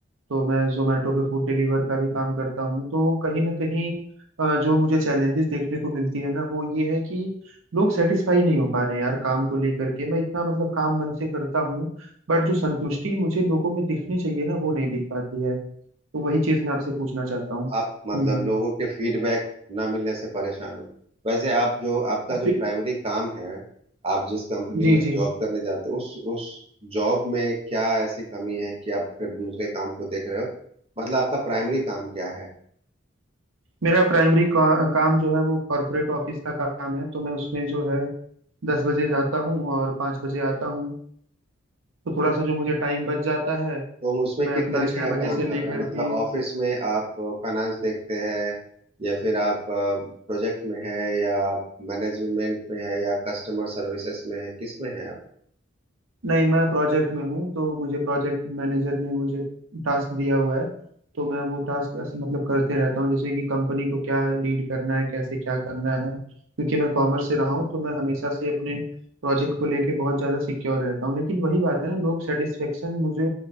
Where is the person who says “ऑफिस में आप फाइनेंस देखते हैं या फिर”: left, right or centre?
Right